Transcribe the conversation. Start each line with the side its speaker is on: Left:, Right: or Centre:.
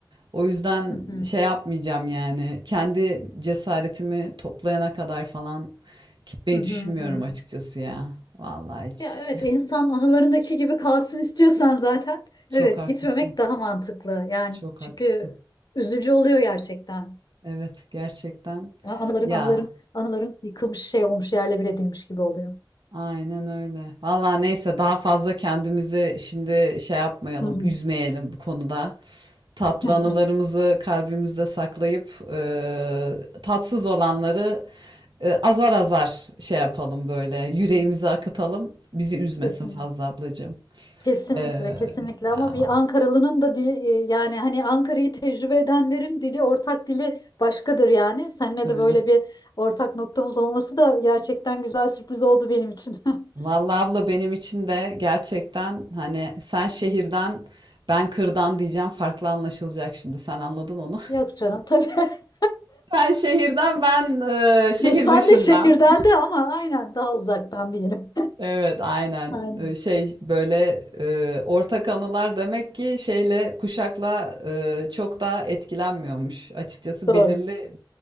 Right: O yüzden
Left: Hı hı,
Right: şey yapmayacağım yani. Kendi cesaretimi toplayana kadar falan gitmeyi
Left: hı hı,
Right: düşünmüyorum
Left: hı hı.
Right: açıkçası ya. Vallahi hiç.
Left: Ya evet insan anılarındaki gibi kalsın istiyorsan zaten
Right: <laughs> Çok
Left: evet
Right: haklısın.
Left: gitmemek daha mantıklı. Yani
Right: Çok
Left: çünkü
Right: haklısın.
Left: üzücü oluyor gerçekten.
Right: Evet gerçekten.
Left: A- Anıların
Right: Ya
Left: anıların anıların yıkılmış şey olmuş yerle bir edilmiş gibi oluyor.
Right: Aynen öyle. Vallahi neyse daha fazla kendimizi şimdi şey yapmayalım,
Left: Hı hı.
Right: üzmeyelim bu konuda. Tatlı
Left: <laughs>
Right: anılarımızı kalbimizde saklayıp e, tatsız olanları e, azar azar şey yapalım böyle, yüreğimizi akıtalım. Bizi üzmesin
Left: Kesin.
Right: fazla ablacığım.
Left: Kesinlikle,
Right: E,
Left: kesinlikle ama
Right: ya
Left: bir Ankaralı'nın da dili e, yani hani Ankara'yı tecrübe edenlerin dili ortak dili başkadır yani. Seninle
Right: öyle.
Left: de böyle bir ortak noktamız olması da gerçekten güzel sürpriz oldu benim için. <laughs>
Right: Vallahi abla benim için de gerçekten hani sen şehirden ben kırdan diyeceğim farklı anlaşılacak şimdi sen anladın onu.
Left: Yok canım tabii. <laughs>
Right: Ben şehirden ben e, şehir
Left: Sen
Right: dışından.
Left: de şehirden de ama aynen daha uzaktan diyelim.
Right: Evet aynen
Left: <laughs> Aynen.
Right: E, şey böyle e, ortak anılar demek ki şeyle kuşakla e, çok da etkilenmiyormuş. Açıkçası
Left: Doğru,
Right: belirli